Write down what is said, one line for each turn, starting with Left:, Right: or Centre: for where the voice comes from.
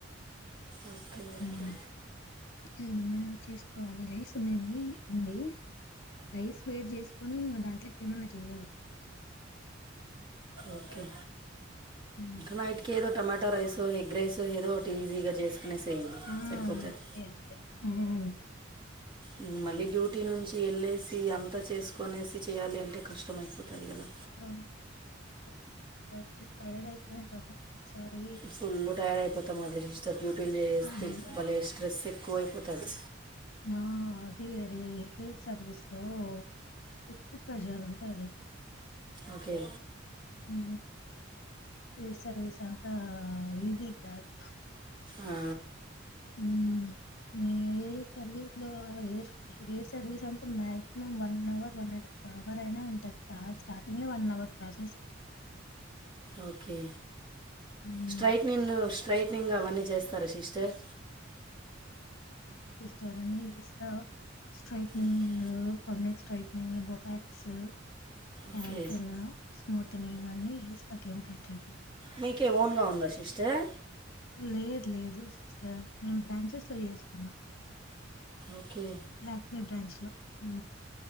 Right: ఓకే ఓకే
Left: హ్మ్. ఏమన్నా చేసుకోవాలి రైస్ ఉనేది ఉంది రైస్ వేడి చేసుకొని ఇంకా దాంట్లోకి ఏమన్నా చెయ్యాలి
Right: ఓకే
Left: హ్మ్.
Right: నైట్కి ఏదో tomato rice egg rice so ఏదో ఒకటి ఈజీగా చేసుకునేసేయండి
Left: ఆ!
Right: సరిపోతది
Left: అంతే అంతే. హ్మ్.
Right: ఉ మళ్ళీ డ్యూటీ నుంచి వెళ్ళేసి అంత చేసుకోనేసి చేయాలి అంటే కష్టం అయిపోతుంది కదా
Left: ఆ ఇంటికి వస్తే టైడ్ అయిపోయింటాము ఒకసారి.
Right: ఫుల్ టైడ్ అయిపోతాం అదే సిస్టర్ డ్యూటీలు చేస్తేలే
Left: ఆహా!
Right: భలే స్ట్రెస్ ఏ ఎక్కువైపోతది
Left: ఆ అది వేరే హెయిర్ సర్వీస్ లో ఎక్కువ ప్రెజర్ ఉంటది
Right: ఓకే
Left: ఉ హెయిర్ సర్వీస్ అంతా ఈజీ కాదు
Right: ఆ
Left: ఉ ఇంగా హెయిర్ సర్వీస్ లో హెయిర్ హెయిర్ సర్వీస్ అంటే maximum one hour one and half hour అయినా ఉంటది కాల్ స్టార్టింగే వన్ అవర్ ప్రాసెస్ అది
Right: ఓకే
Left: హ్మ్.
Right: స్ట్రట్నింగ్ స్ట్రట్నింగ్ అవన్నీ చేస్ తార సిస్టర్
Left: తరణి ఇస్తా straightening
Right: okay
Left: permanent straightening botox keratin
Right: okay
Left: smoothening అన్ని చేస్తా కెమికల్ ట్రీట్
Right: మీకే ఓన్ గా ఉందా సిస్టర్
Left: లేదు లేదు సిస్టర్ నేను బ్రాంచెస్ లో చేస్తున్నా
Right: ఓకే
Left: లాక్ మీ బ్రాంచ్ లో ఉ